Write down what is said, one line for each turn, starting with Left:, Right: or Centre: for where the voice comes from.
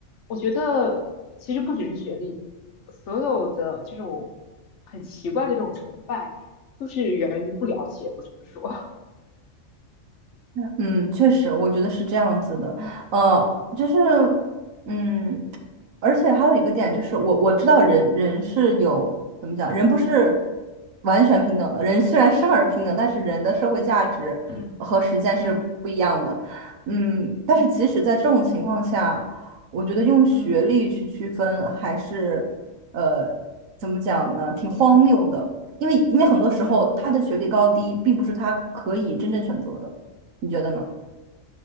Left: 我觉得其实不只是学历，所有的这种很奇怪的这种崇拜，都是源于不了解，我只能说。
Right: 嗯，确实，我觉得是这样子的。
Left: 嗯
Right: 呃，就是嗯。而且还有一个点就是我，我知道人人是有怎么讲，人不是完全平等的。人虽然生而平等，但是人的社会价值和实践是不一样的。
Left: 嗯嗯
Right: 嗯，但是即使在这种情况下，
Left: 嗯
Right: 我觉得用学历去区分还是呃怎么讲呢，
Left: 嗯。
Right: 挺荒谬的。因为因为很多时候他的学历高低并不是他可以真正选择的，
Left: 嗯。
Right: 你觉得呢？